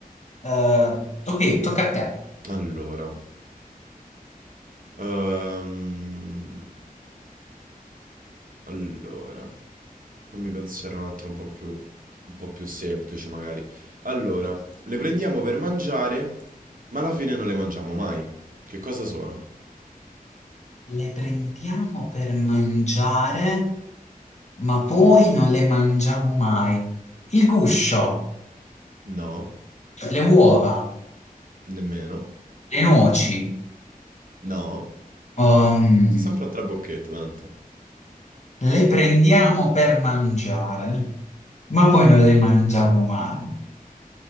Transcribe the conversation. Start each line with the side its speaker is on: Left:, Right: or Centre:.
Left: Eh, ok, tocca a te.
Right: Allora. Ehm, Allora, fammi pensare un altro un po' più, un po' più semplice magari. Allora, le prendiamo per mangiare, ma alla fine non le mangiamo mai. Che cosa sono?
Left: Le prendiamo per mangiare, ma poi non le mangiamo mai. Il guscio,
Right: No,
Left: cioè le uova,
Right: nemmeno.
Left: le noci,
Right: No,
Left: ehm,
Right: sto sempre a trabocchetto tanto.
Left: le prendiamo per mangiare, ma poi non le mangiamo mai.